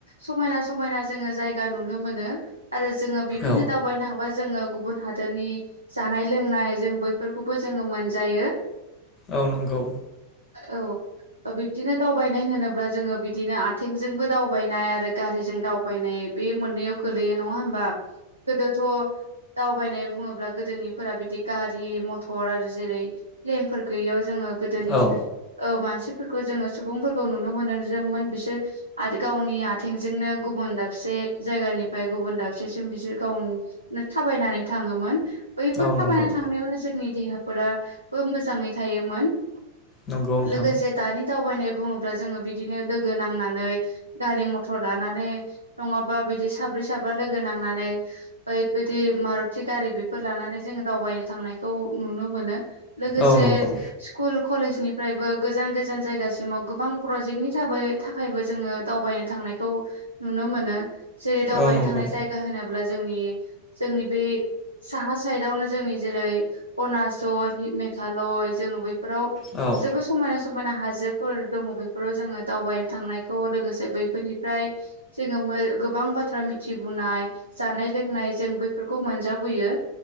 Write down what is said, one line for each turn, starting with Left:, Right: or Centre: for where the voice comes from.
Right: समायना समायना जोङो जायगा नुनो मोनो। आरो जोङो बिब्दिनो
Left: औ
Right: दावबायनो थांबा जोङो गुबुन हादरनि जानाय लोंनाय जों बैफोरखौबो जोङो मोनजायो
Left: औ नंगौ
Right: औ ओ बिब्दिनो दावबायनाय होनोब्ला जोङो बिदिनो आथिंजोंबो दावबायनाय आरो गारिजों दावबायनाय बे मोननैयाव गोलैयो नङा होमबा गोदोथ' दावबायनाय बुङोब्ला गोदोनिफोरा बिदि गारि मथर आरो जेरै प्लेनफोर गैयियाव जोङो गोदोनि
Left: औ
Right: ओ मानसि फोरखौ जोङो सुबुंफोरखौ नुनो मोनो जोन बिसोर गावनि आथिंजोंनो गुबुन दाबसे जायगानिफ्राय गुबुन दाबसेसिम बिसोर गावनो थाबायनानै थाङोमोन बैफोर
Left: औ नंगौ
Right: थाबायना थांनायावनो जोंनि देहाफोराबो मोजाङै थायोमोन लोगोसे
Left: नंगौ नोंथां
Right: दानि दावबायनाय बुङोब्ला जोङो बिदिनो लोगो नांनानै गारि मटर लानानै नङाबा बिदि सा ब्रै साबा लोगो नांनानै बै बिदि मारुथि गारि बि फोर लानानै जोङो दावबायनो थांनायखौ नुनो मोनो लोगोसे
Left: औ नंगौ
Right: स्कुल कलेजनि फ्रायबो गोजान गोजान जायगासिमाव गोबां प्रजेक्टनि थाबै थाखायबो जोङो दावबायनो थांनायखौ नुनो मोनो। जेरै- दावबायनो
Left: औ नंगौ
Right: थांनाय जायगा होनोब्ला जोंनि जोंनि बै साहा साइदावनो जोंनि जेरै अरुणचल हि मेघालय जोङो बै फोराव
Left: औ
Right: जेबोद समायना स मायना हाजोफोर दङ बेफोराव जोङो दावबायनो थांनायखौ लोगोसे बैफोरनिफ्राय जोङो ओ गोबां बाथ्रा मिथिबोननाय जानाय लोंनाय जों बैफोरखौ मोनजाबोयो